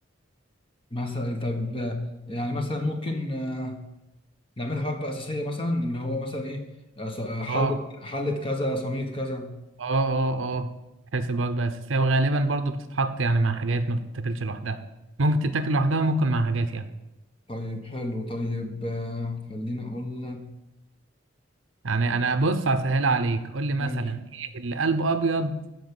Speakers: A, on the left (about 30°); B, on the right (about 80°).
A: مثلا طب آه، يعني مثلا ممكن آه، نعملها وجبة أساسية مثلا إن هو مثلا إيه آه، ص- آه، حلة
B: اه
A: حلة كذا صينية كذا
B: اه اه اه تحسب وجبة أساسية وغالبا برضو بتتحط يعني مع حاجات ما بتتاكلش لوحدها ممكن تتاكل لوحدها وممكن مع حاجات يعني
A: طيب حلو طيب آه، خليني أقول لك
B: يعني أنا بص هسهل عليك قول لي مثلا
A: ماشي
B: إيه اللي قلبه أبيض